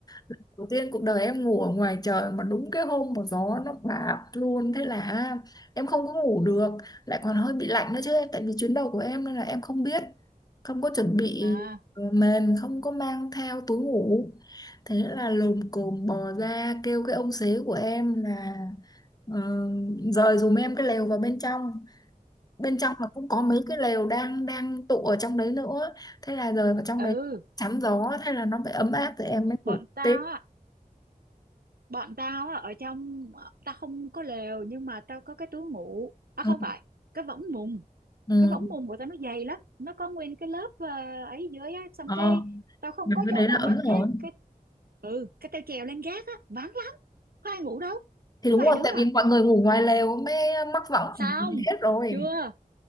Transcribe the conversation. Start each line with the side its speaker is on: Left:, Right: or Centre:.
Left: lần đầu tiên cuộc đời em ngủ ở ngoài trời mà đúng cái hôm mà gió nó bạt luôn thế là em không có ngủ được lại còn hơi bị lạnh nữa chứ em tại vì chuyến đầu của em nên là em không biết không có chuẩn bị
Right: À
Left: ờ, mền không có mang theo túi ngủ thế là lồm cồm bò ra kêu cái ông xế của em là ờ, dời giùm em cái lều vào bên trong bên trong là cũng có mấy cái lều đang đang tụ ở trong đấy nữa thế là rời vào trong
Right: <laughs> ừ
Left: đấy chắn gió thế là nó phải ấm áp rồi em mới
Right: bọn
Left: ngủ
Right: tao
Left: tiếp
Right: á bọn tao á ở trong ờ, tao không có lều nhưng mà tao có cái túi ngủ. À
Left: ừ.
Right: không phải cái võng mùng.
Left: Ừ.
Right: cái võng mùng của tao nó dày lắm nó có nguyên cái lớp ờ, ấy dưới á xong
Left: Ờ,
Right: cái tao không
Left: mà
Right: có
Left: cái
Right: chỗ
Left: đấy
Right: nào
Left: là ấm
Right: mắc
Left: rồi
Right: hết cái ừ cái tao trèo lên gác á vắng lắm có ai ngủ đâu
Left: thì
Right: có
Left: đúng
Right: vài
Left: rồi
Right: đứa
Left: tại vì
Right: à
Left: mọi người ngủ ngoài lều mới mắc võng ở
Right: xong
Left: ngoài hết rồi
Right: chưa